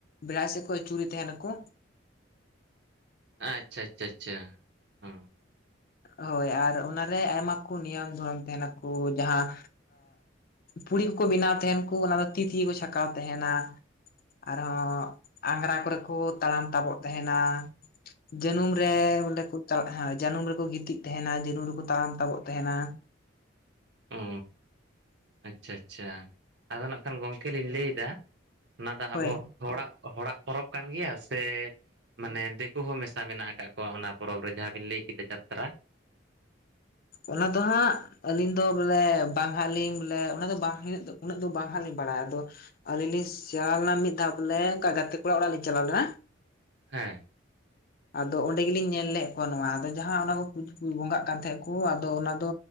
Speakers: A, on the left; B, on the right.
A: ᱵᱮᱲᱟᱥᱤᱮᱫᱠᱚ ᱪᱩᱲᱤ ᱛᱟᱦᱮᱱᱟᱠᱚ
B: ᱟᱪᱪᱷᱟ ᱟᱪᱪᱷᱟ ᱟᱪᱪᱷᱟ ᱚ
A: ᱦᱳᱭ ᱟᱨ ᱚᱱᱟᱨᱮ ᱟᱭᱢᱟ ᱠᱚ ᱱᱤᱭᱚᱢ ᱫᱷᱚᱨᱚᱱ ᱛᱟᱦᱮᱱᱟᱠᱚ ᱡᱟᱦᱟᱸ ᱯᱩᱲᱤ ᱠᱚᱠᱚ ᱵᱮᱱᱟᱣ ᱛᱟᱦᱮᱱ ᱠᱚ ᱚᱱᱟ ᱫᱚ ᱛᱤ ᱛᱮ ᱠᱚ ᱪᱷᱟᱸᱠᱟᱣ ᱛᱟᱦᱮᱱᱟ ᱟᱨᱦᱚᱸ ᱟᱜᱨᱟ ᱠᱚᱨᱮ ᱠᱚ ᱛᱟᱲᱟᱢ ᱛᱟᱵᱚᱜ ᱛᱟᱦᱮᱱᱟ ᱡᱟᱹᱱᱩᱢ ᱨᱮ ᱵᱚᱞᱮ ᱠᱚ ᱪᱟᱞᱟᱜᱼᱟ ᱦᱮᱸ ᱡᱟᱹᱱᱩᱢ ᱨᱮ ᱜᱤᱛᱤᱡ ᱛᱟᱦᱮᱱᱟ ᱡᱟᱹᱱᱩ ᱨᱮᱠᱚ ᱛᱟᱲᱟᱢ ᱛᱟᱵᱚᱜ ᱛᱟᱦᱮᱱᱟ
B: ᱚ ᱟᱪᱪᱷᱟ ᱟᱪᱪᱷᱟ ᱟᱫᱚ ᱱᱟᱜ ᱠᱷᱟᱱ ᱜᱚᱝᱠᱮ ᱞᱤᱧ ᱞᱟᱹᱭ ᱮᱫᱟ ᱚᱱᱟ ᱫᱚ
A: ᱦᱳᱭ
B: ᱟᱵᱚ ᱦᱚᱲᱟᱜ ᱦᱚᱲᱟᱜ ᱯᱚᱨᱚᱵᱽ ᱠᱟᱱ ᱜᱮᱭᱟ ᱥᱮ ᱢᱟᱱᱮ ᱫᱤᱠᱩ ᱦᱚᱸ ᱢᱮᱥᱟ ᱢᱮᱱᱟᱜ ᱟᱠᱟᱫ ᱠᱚᱣᱟ ᱚᱱᱟ ᱯᱚᱨᱚᱵᱽ ᱨᱮ ᱡᱟᱦᱟᱸ ᱵᱤᱱ ᱞᱟᱹᱭ ᱠᱮᱫᱟ ᱡᱟᱛᱨᱟ
A: ᱚᱱᱟ ᱫᱚ ᱦᱟᱸᱜ ᱟᱹᱞᱤᱧ ᱫᱚ ᱵᱚᱞᱮ ᱵᱟᱝ ᱦᱟᱸᱜ ᱞᱤᱧ ᱵᱚᱞᱮ ᱚᱱᱟ ᱫᱚ ᱵᱟᱝ ᱦᱹᱜ ᱫᱚ ᱩᱱᱟᱹᱜ ᱫᱚ ᱵᱟᱝ ᱦᱟᱸᱜ ᱞᱤᱧ ᱵᱟᱲᱟᱭᱟ ᱟᱫᱚ ᱟᱹᱞᱤᱧ ᱞᱤᱧ ᱥᱮᱬᱟ ᱞᱮᱱᱟ ᱢᱤᱫ ᱫᱷᱟᱣ ᱵᱚᱞᱮ ᱚᱱᱠᱟ ᱜᱟᱛᱮ ᱠᱚᱲᱟ ᱚᱲᱟᱜ ᱞᱤᱧ ᱪᱟᱞᱟᱣ ᱞᱮᱱᱟ
B: ᱦᱮᱸ
A: ᱟᱫᱚ ᱚᱸᱰᱮ ᱜᱮᱞᱤᱧ ᱧᱮᱞ ᱞᱮᱫᱜ ᱠᱚᱣᱟ ᱱᱚᱣᱟ ᱟᱫᱚ ᱡᱟᱦᱟᱸ ᱠᱚ ᱠᱩᱪᱠᱩ ᱵᱚᱸᱜᱟᱜ ᱠᱟᱱ ᱛᱟᱦᱮᱸᱫ ᱠᱚ ᱟᱫᱚ ᱚᱱᱟᱫᱚ